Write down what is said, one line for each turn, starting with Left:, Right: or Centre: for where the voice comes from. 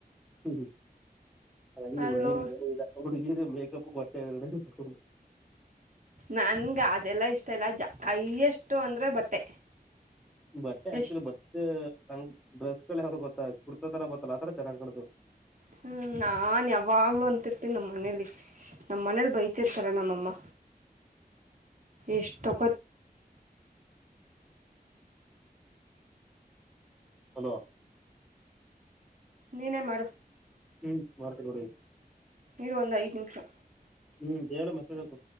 Centre: ಹ್ಮ್ ಹ್ಮ್ <unintelligible>
Right: ಅಲ್ಲೋ
Centre: ಹುಡ್ಗಿರ್ ಇರೋದೆ ಇಲ್ಲ. ಹುಡ್ಗಿರಿ ಮೇಕಪ್ಪು ಬಟ್ಟೆ ಅವ್ ಎರಡೇ ತಗಳೋದು.
Right: ನನ್ಗ ಅದೆಲ್ಲ ಇಷ್ಟ ಇಲ್ಲ ಜ ಹೈಯೆಸ್ತು ಅಂದ್ರೆ ಬಟ್ಟೆ.
Centre: ಬಟ್ಟೆ ಆಕ್ಚುಲಿ
Right: ಎಷ್ಟು
Centre: ಬಟ್ಟೆ. ತ್ ಡ್ರೆಸ್ಗಳ <unintelligible> ಗೊತ್ತ ಕುರ್ತಾ ತರ ಗೊತ್ತಲ್ಲ ಆ ತರ ಚೆನಾಗ್ ಕಾಣುತ್ತೆ
Right: ಹ್ಮ್ ನಾನ್ ಯಾವಾಗ್ಲುೂ ಅಂತಿರ್ತೀನಿ ನಮ್ಮ ಮನೇಲಿ ನಮ್ಮ ಮನೇಲಿ ಬೈತಿರ್ತಾರೆ ನಮ್ಮಮ್ಮ ಎಷ್ಟಕತ್
Centre: ಹಲೋ
Right: ನೀನೇ ಮಾಡು
Centre: ಹ್ಮ್ <unintelligible> ಮಾಡ್ತೀನಿ ನೋಡ್ ಈಗ
Right: ಇರು ಒಂದ್ ಐದ್ ನಿಮಿಷ
Centre: ಹ್ಮ್ ಹೇಳು ಮೆಸೇಜ್ ಹಾಕು